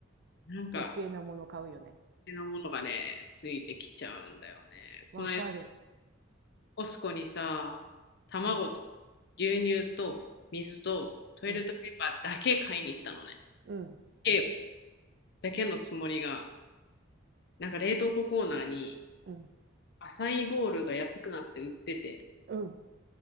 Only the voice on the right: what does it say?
余計なもの買うよね。
わかる。
うん、
うん、うん、
うん、
うん。